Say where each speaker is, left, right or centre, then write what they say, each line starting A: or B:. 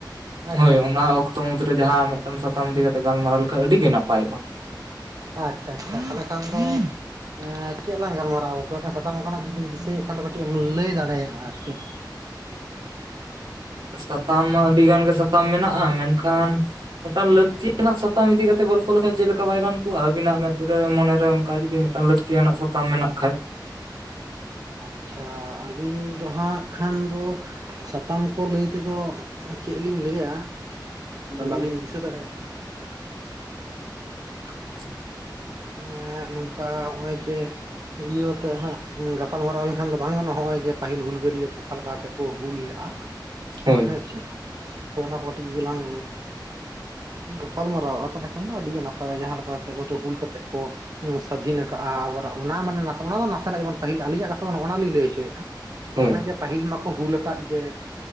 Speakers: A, on the right; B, on the right.
A: ᱟᱪᱪᱷᱟ
B: ᱦᱳᱭ
A: ᱟᱪᱪᱷᱟ
B: ᱚᱱᱟ ᱚᱠᱛᱚ ᱢᱩᱫᱽ ᱨᱮ ᱡᱟᱦᱟᱸ ᱢᱤᱫᱴᱟᱝ ᱥᱟᱛᱟᱢ ᱤᱫᱤ ᱠᱟᱛᱮ ᱜᱟᱞᱢᱟᱨᱟᱣ ᱞᱮᱠᱷᱟᱭ ᱟᱹᱰᱤ ᱜᱮ ᱱᱟᱯᱟᱭᱚᱜᱼᱟ᱾
A: ᱟᱪᱪᱷᱟ ᱟᱪᱪᱷᱟ ᱛᱟᱦᱚᱞᱮ ᱠᱷᱟᱱ ᱫᱚ ᱮ ᱪᱮᱫ ᱞᱟᱝ ᱜᱟᱞᱢᱟᱨᱟᱜᱼᱟ ᱜᱚᱝᱠᱮ ᱢᱤᱫᱴᱟᱝ ᱥᱟᱛᱟᱢ ᱚᱱᱠᱟᱱᱟᱜ ᱡᱩᱫᱤᱢ ᱫᱤᱥᱟᱹᱭᱮᱫ ᱠᱷᱟᱱ ᱫᱚ ᱠᱟᱹᱴᱤᱜ ᱮᱢ ᱞᱟᱹᱭ ᱫᱟᱲᱮᱭᱟᱜᱼᱟ ᱟᱨᱠᱤ,
B: ᱥᱟᱛᱟᱢ ᱢᱟ ᱟᱹᱰᱤ ᱜᱟᱱ ᱜᱮ ᱥᱟᱛᱟᱢ ᱢᱮᱱᱟᱜᱼᱟ ᱢᱮᱱᱠᱷᱟᱱ, ᱢᱤᱫᱴᱟᱝ ᱞᱟᱹᱠᱛᱤ ᱨᱮᱱᱟᱜ ᱥᱟᱛᱟᱢ ᱤᱫᱤ ᱠᱟᱛᱮ ᱜᱚᱞᱯᱚ ᱞᱮᱠᱷᱟᱡ ᱪᱮᱫ ᱞᱮᱠᱟ ᱵᱟᱭ ᱜᱟᱱ ᱠᱚᱜᱼᱟ ᱟᱵᱤᱱᱟᱜ ᱢᱮᱫ ᱨᱮ ᱢᱚᱱᱮ ᱨᱮ ᱚᱱᱠᱟ ᱡᱩᱫᱤ ᱢᱤᱫᱴᱟᱝ ᱞᱟᱹᱠᱛᱤ ᱛᱤᱭᱟᱱᱟᱜ ᱥᱟᱛᱟᱢ ᱢᱮᱱᱟᱜ ᱠᱷᱟᱡ᱾
A: ᱟᱪᱪᱷᱟ ᱟᱹᱞᱤᱧ ᱫᱚ ᱦᱟᱸᱜ ᱠᱷᱟᱱ ᱫᱚ, ᱥᱟᱛᱟᱢ ᱠᱚ ᱞᱟᱹᱭ ᱛᱮᱫᱚ ᱪᱮᱫ ᱞᱤᱧ ᱞᱟᱹᱭᱟ
B: ᱦᱩᱸ ᱦᱳᱭ
A: ᱵᱟᱹᱞᱤᱧ ᱫᱤᱥᱟᱹ ᱫᱟᱲᱮᱼᱟᱜ‌ ᱠᱟᱱᱟ᱾
B: <inaudible>
A: ᱦᱮᱸ ᱱᱚᱝᱠᱟ ᱦᱚᱜᱼᱚᱭ ᱡᱮᱼᱼ ᱤᱭᱟᱹᱛᱮ ᱦᱟᱸᱜ ᱜᱟᱯᱟᱞ ᱢᱟᱨᱟᱨᱟᱣ ᱞᱮᱱᱠᱷᱟᱱ ᱫᱚ ᱵᱟᱝ ᱜᱟᱱᱚᱜ ᱦᱚᱭ ᱡᱮ ᱯᱟᱹᱦᱤᱞ ᱦᱩᱞᱜᱟᱹᱨᱭᱟᱹ ᱠᱚ ᱚᱠᱟ ᱞᱮᱠᱟᱛᱮ ᱠᱚ ᱦᱩᱞ ᱞᱮᱼᱟ᱾
B: ᱦᱳᱭ
A: ᱦᱮᱸ ᱪᱮᱫ ᱚᱱᱟ ᱠᱚ ᱠᱟᱴᱤᱡ ᱡᱩᱫᱤ ᱞᱟᱝᱼᱼ ᱜᱟᱯᱟᱞ ᱢᱟᱨᱟᱣᱼᱟ ᱛᱟᱦᱚᱞᱮ ᱠᱷᱟᱱ ᱫᱚ ᱟᱹᱰᱤᱜᱮ ᱱᱟᱯᱟᱭᱟ ᱡᱟᱦᱟᱸ ᱞᱮᱠᱟ ᱠᱟᱛᱮ ᱛᱚ ᱦᱩᱞ ᱠᱟᱛᱮ᱾ ᱥᱟᱹᱫᱷᱤᱱ ᱠᱟᱜᱼᱟ ᱟᱵᱚᱨ ᱚᱱᱟ ᱢᱟᱱᱮ ᱱᱚᱣᱟ ᱚᱱᱟ ᱢᱟ ᱱᱟᱥᱮᱱᱟ ᱜᱮᱵᱚ ᱯᱟᱹᱦᱤᱞ ᱟᱹᱞᱤᱧᱟᱜ ᱠᱟᱛᱷᱟ ᱚᱱᱟ ᱞᱤᱧ ᱞᱟᱹᱭ ᱦᱚᱪᱚᱭᱮᱫᱼᱟ᱾
B: ᱦᱳᱭ
A: ᱱᱚᱜᱼᱚᱭ ᱡᱮ ᱯᱟᱹᱦᱤᱞ ᱢᱟᱠᱚ ᱦᱩᱞ ᱟᱠᱟᱫ ᱡᱮ᱾